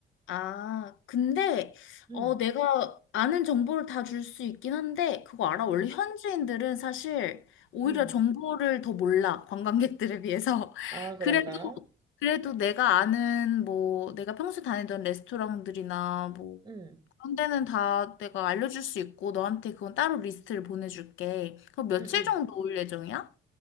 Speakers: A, on the left; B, on the right.
A: 아, 근데
B: 응,
A: 어 내가 아는 정보를 다 줄 수 있긴 한데 그거 알아?
B: 응,
A: 원래 현지인들은 사실 오히려
B: 응.
A: 정보를 더 몰라. 관광객들에 비해서.
B: 아,
A: <laughs>
B: 그런가?
A: 그래도 그래도 내가 아는 뭐 내가 평소 다니던 레스토랑들이나 뭐
B: 응,
A: 그런 데는 다 내가 알려줄 수 있고 너한테 그건 따로 리스트를 보내줄게. 그럼 며칠
B: 응, 응.
A: 정도 올 예정이야?